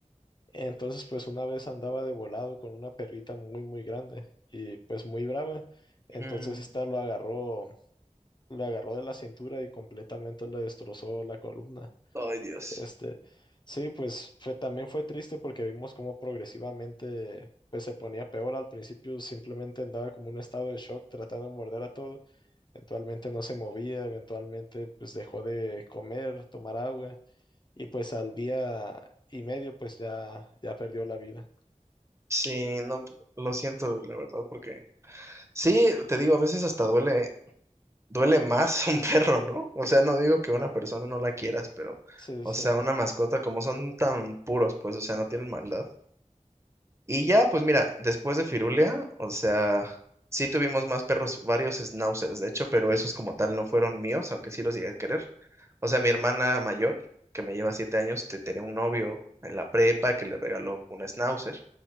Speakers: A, on the left; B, on the right.
A: Entonces, pues una vez andaba de volado con una perrita muy, muy grande y pues muy brava. Entonces,
B: Mm,
A: esta lo agarró lo agarró de la cintura y completamente le destrozó la columna.
B: Ay, Dios.
A: Este, sí, pues fue, también fue triste porque vimos cómo progresivamente pues, se ponía peor. Al principio simplemente andaba como un estado de shock tratando de morder a todo. Eventualmente no se movía, eventualmente pues dejó de comer, tomar agua y pues al día y medio pues ya, ya perdió la vida.
B: Sí, no, p- lo siento, la verdad, porque sí, te digo, a veces hasta duele, duele más <laughs> un perro, ¿no? O sea, no digo que una persona no la quieras, pero,
A: Sí,
B: o
A: sí,
B: sea, una mascota, como son tan puros, pues, o sea, no tienen maldad. Y ya, pues mira, después de Firulia, o sea, sí tuvimos más perros, varios schnauzers, de hecho, pero esos como tal no fueron míos, aunque sí los llegué a querer. O sea, mi hermana mayor, que me lleva siete años, te- tenía un novio en la prepa que le regaló un schnauzer,